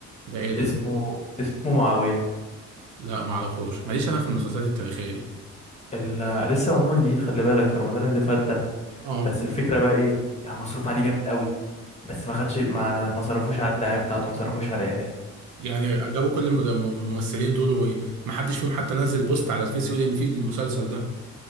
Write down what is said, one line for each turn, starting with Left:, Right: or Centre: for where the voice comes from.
Right: ده ايه ده
Left: اسمه اسمه معاوية
Right: لا ما اعرفوش ماليش انا في المسلسلات التاريخيه دي
Left: ال... لسه معمول جديد خلي بالك في رمضان اللي فات ده
Right: اه
Left: بس الفكرة بقى ايه يعني مصروف عليه جامد قوي بس ما خدش ما ما صرفوش على الدعاية بتاعته ما صرفوش على الإعلان
Right: يعني جابوا كل المد- الممثلين دول ومحدش فيهم حتى نزل بوست على الفيس يقول ان في المسلسل ده